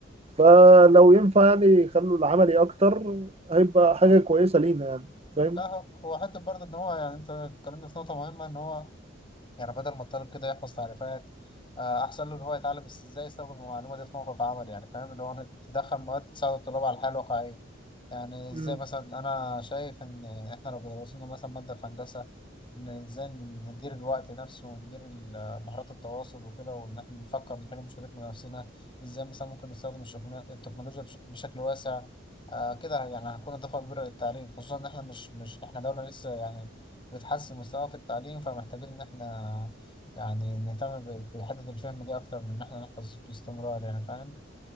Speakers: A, on the right (about 30°); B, on the left (about 25°).
A: فلو ينفع يعني يخلوا العملي اكتر هيبقى حاجة كويسة لينا يعني فاهم
B: لا هو هو حتة برضه إن هو يعني أنت اتكلمت في نقطة مهمة إن هو يعني بدل ما الطالب كده يحفظ تعريفات آه، احسن له ان هو يتعلم إز- ازاي يستخدم المعلومه دي في موقف عمل يعني فاهم اللي هو إنك تدخل مواد تساعد الطلاب على الحياه الواقعيه يعني ازاي
A: مم.
B: مثلا انا شايف ان احنا لو درسنا مثلا ماده في هندسه ان ازاي ندير الوقت نفسه وندير ال- مهارات التواصل وكده وان احنا نفكر نحل مشكلتنا بنفسنا ازاي مثلا ممكن نستخدم الشغل- التكنولوجيا بش- بشكل واسع آه كده يعني هتكون اضافه كبيره للتعليم خصوصا ان احنا مش مش احنا دوله لسه يعني بتحسن مستواه في التعليم فمحتاجين إن إحنا يعني نهتم ب- بحتة الفهم دي أكتر من إن إحنا نحفظ باستمرار يعني فاهم